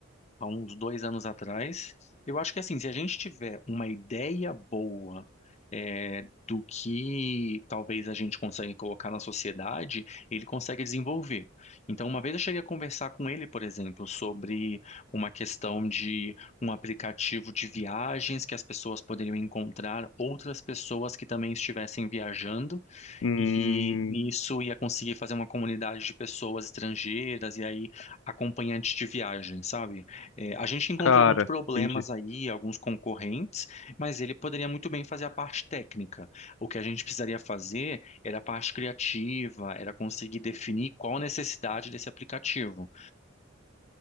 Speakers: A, on the left; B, on the left.
A: há uns dois anos atrás. Eu acho que assim, se a gente tiver uma ideia boa é, do que talvez a gente consegue colocar na sociedade, ele consegue desenvolver. Então, uma vez eu cheguei a conversar com ele, por exemplo, sobre uma questão de um aplicativo de viagens que as pessoas poderiam encontrar outras pessoas que também estivessem viajando
B: hum,
A: e nisso ia conseguir fazer uma comunidade de pessoas estrangeiras e aí acompanhantes de viagem, sabe? É, a gente encontrou
B: cara,
A: alguns problemas
B: entendi.
A: aí, alguns concorrentes, mas ele poderia muito bem fazer a parte técnica. O que a gente precisaria fazer era a parte criativa, era conseguir definir qual a necessidade desse aplicativo.